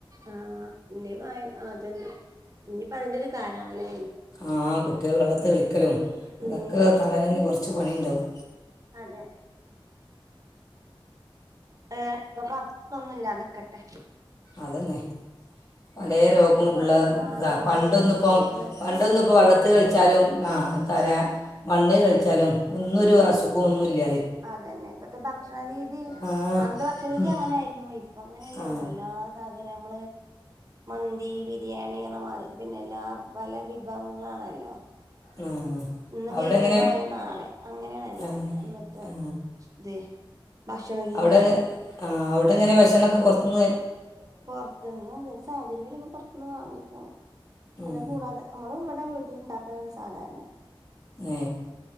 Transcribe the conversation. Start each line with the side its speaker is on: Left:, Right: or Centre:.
Right: ആഹ് ഇനീ ഇപ്പ അതന്നെ ഇനിയിപ്പതിന്റെ ഒരു കാലാണല്ലേ
Left: ആഹ് കു വെള്ളത്തിൽ കളിക്കലും അതക്ക
Right: ഉം
Left: <unintelligible> കുറച്ച് പണി ഇണ്ടാവും
Right: അതെ ആഹ നിങ്ങൾക്ക് അസുഖമൊന്നും ഇല്ലാതിക്കട്ടെ
Left: അതന്നെ പല രോഗോം
Right: സ്കൂള് തുറക്കണ
Left: ഉള്ള ഇത
Right: ജൂണ്
Left: പണ്ടൊന്നിപ്പം
Right: ജൂൺ
Left: പണ്ടൊന്നിപ്പം
Right: മാസല്ലേ
Left: ഇപ്പോം വെള്ളത്തിൽ കളിച്ചാലും ആ തരാ മണ്ണ് കളിച്ചാലും ഒന്നുമൊരു അസുഖോന്നുമില്ല
Right: അതന്നെ ഇപ്പത്തെ ഭക്ഷണരീതി
Left: ആ
Right: അന്നത്തെ ഭക്ഷണ രീതി
Left: ഉം,
Right: അങ്ങനെ ആരുന്നു ഇപ്പ അങ്ങനെയല്ലല്ലോ
Left: ആ
Right: എല്ലാ സാധനം നമ്മള് മന്തി ബിരിയാണിതി പിന്നെ എല്ലാ പല വിഭവങ്ങളാണല്ലോ
Left: ആ
Right: ഇന്ന്
Left: അവിടെ
Right: കേൾക്കുന്ന
Left: എങ്ങനെ
Right: അവരെ നാളെ അങ്ങനെയാണല്ലോ
Left: ആ
Right: ഇന്നത്തെ
Left: ആ
Right: ഇത് ഭഷണ രീതി
Left: അവിടെ എങ്ങ- ആ അവിടെങ്ങനെ ഭക്ഷണൊക്കെ പുറത്തുന്ന്
Right: പുറത്തുന്ന് എന്തേലും സാഹചര്യം വരുമ്പോ പുറത്തുനിന്ന് വാങ്ങും ഓ അതിനെ
Left: ഉം,
Right: കൂടാതെ നമ്മള് നമ്മടെ വീട്ടിൽ ഇണ്ടാ ആ സാധാരണയാ
Left: ഏ